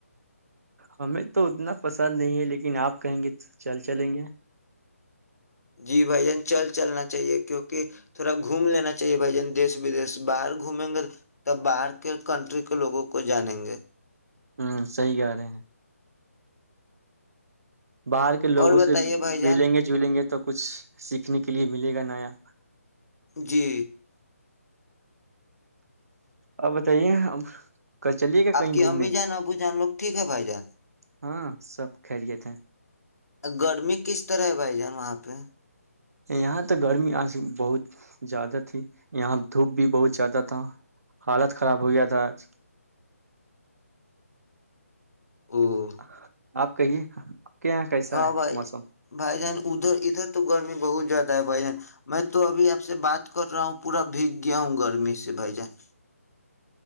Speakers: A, on the right; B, on the left.
A: ہمیں تو اتنا پسند نہیں ہے لیکن آپ کہیں گے تو چل چلیں گے
B: جی بھائی جان چل چلنا چاہیے کیونکہ تھوڑا گھوم لینا چاہیے بھائی جان دیش ودیش باہر گھومیں گے ت باہر کے کنٹری کے لوگوں کو جانیں گے
A: ہوں صی گا رہے ہیں باہر کے لوگوں
B: اور
A: سے
B: بتائیے بھائی جان
A: ملیں گے جلیں گے تو کچھ سیکھنے کے لیے ملے گا نیا ج <inaudible>
B: جی
A: آپ بتائیے اب ک چلیے گا کہیں
B: آپ کی
A: گھومنے
B: امی جان ابو جان لوگ ٹھیک ہے بھائی جان
A: ہاں سب خیریت ہے
B: گرمی کس طرح ہے بھائی جان وہاں پہ تو
A: یہاں تو گرمی آج بہت زیادہ تھی یہاں دھوپ بھی بہت زیادہ تھا حالت خراب ہو گیا تھا آج
B: او
A: ہاں <inaudible> آپ کہیے کے یہاں کیسا
B: ہاں
A: ہے
B: بھائی
A: موسم
B: بھائی جان ادھر ادھر تو گرمی بہت زیادہ ہے بھائی جان میں تو ابھی آپ سے بات کر رہا ہوں پورا بھیگ گیا ہوں گرمی سے بھائی جان